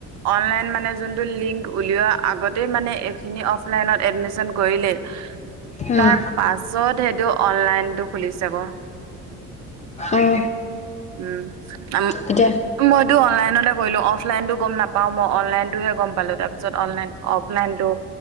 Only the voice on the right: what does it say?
অনলাইন মানে যোনটো লিংক উলিওৱা আগতেই মানে এইখিনি অফলাইনত এডমিশন কৰিলে
তাৰ পাছত সেইটো অনলাইনতটো খুলিছে গ
উম আম
মইতো অনলাইনতে কৰিলো অফলাইনতো গম নাপাও মই অনলাইনতটোহে গম পালো তাৰপিছতলাইন অফ অলাণ্ডো